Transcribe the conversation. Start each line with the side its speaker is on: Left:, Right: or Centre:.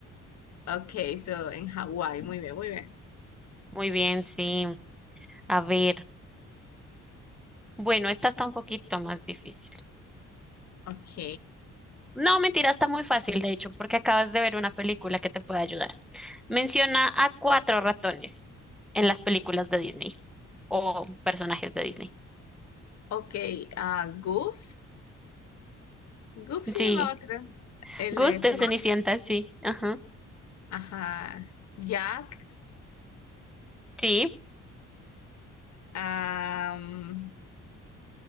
Left: Ok, so en Hawái, muy bien, muy bien.
Centre: Muy bien, sí. A ver. Bueno, esta está un poquito más difícil.
Left: Ok,
Centre: No, mentira, está muy fácil, de hecho, porque acabas de ver una película que te puede ayudar. Menciona a cuatro ratones en las películas de Disney o personajes de Disney.
Left: ok, ah, Goof. Goof se
Centre: Sí,
Left: llamaba, creo, el
Centre: Gus
Left: de
Centre: de
Left: Cenicienta.
Centre: Cenicienta, sí. Ajá.
Left: Ajá. Jack,
Centre: Sí,
Left: Am,